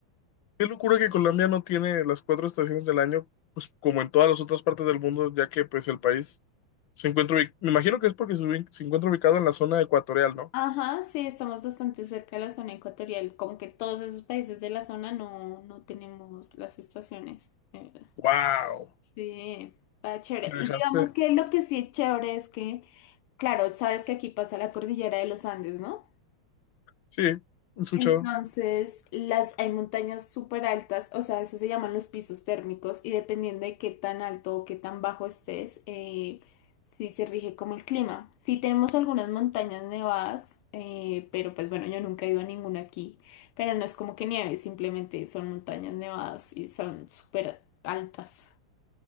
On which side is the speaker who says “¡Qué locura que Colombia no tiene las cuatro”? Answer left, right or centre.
Left